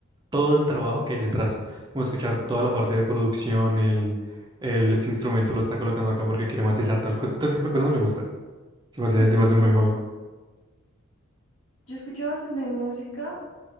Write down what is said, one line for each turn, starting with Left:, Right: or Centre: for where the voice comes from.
Right: todo el trabajo que hay detrás, como escuchar toda la parte de producción, el, el ese instrumento lo está colocando acá porque quiere matizar tal cosa, este tipo de cosas me gusta, se me hace,
Left: Ok.
Right: se me hace un buen hobby,
Left: Yo escucho bastante música,